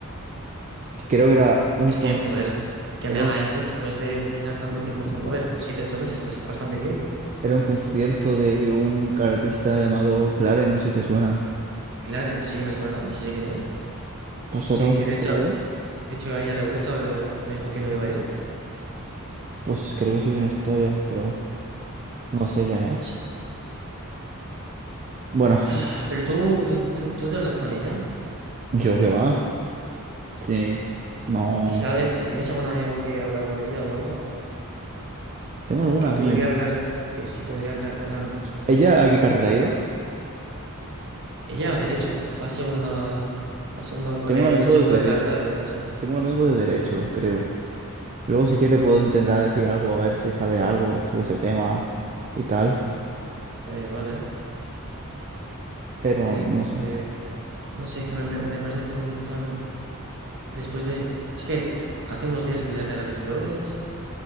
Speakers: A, on the right; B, on the right.
A: Que Creo que era un,
B: Es
A: con-
B: que, joder, que
A: era
B: me haga
A: un,
B: esto después de, de estar tanto tiempo juntos. A ver, siete, ocho meses, es bastante tiempo.
A: era un concierto de un artista llamado Clarence, no sé si te suena.
B: Clarence, sí me suena, sí sé quién es.
A: No sé,
B: Sí,
A: era un
B: que
A: concierto
B: de hecho,
A: de él.
B: de hecho a ella le gusta, pero me dijo que no iba a ir.
A: Pues creo que subí una historia, pero no sé
B: Joder,
A: ya,
B: macho.
A: ¿eh? Bueno,
B: Ah, Pero tú, tú, tú, tú te hablas con ella
A: yo qué va. Sí. No.
B: y sabes, y tienes algún amigo que habla con ella o algo,
A: Tengo algún
B: que
A: amigo.
B: podría hablar, que sí podría hablar, en plan,
A: ¿Ella a qué carrera iba?
B: ella a derecho, va a segunda, a segundo,
A: Tengo
B: a ver,
A: un amigo
B: segundo
A: de dere...
B: de carrera de derecho.
A: Tengo un amigo de derecho, creo. Luego si quiere puedo intentar decir algo, a ver si sabe algo sobre ese tema y tal.
B: Eh, vale.
A: Pero
B: Eh,
A: no sé.
B: eh, no sé, es que me, me me parece todo muy extraño. Después de... Es que hace unos días le regalé flores,